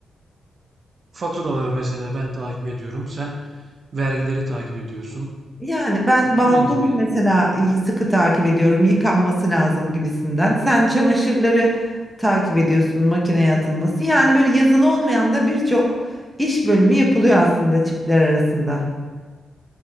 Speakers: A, on the right; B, in the centre.
A: Faturaları mesela ben takip ediyorum sen vergileri takip ediyorsun
B: Yani ben
A: E,
B: balkonu
A: bunun gibi
B: mesela iyi- sıkı takip ediyorum. Yıkanması lazım gibisinden. Sen çamaşırları takip ediyorsun, makineye atılması. Yani böyle yazılı olmayan da birçok iş bölümü yapılıyor aslında çiftler arasında.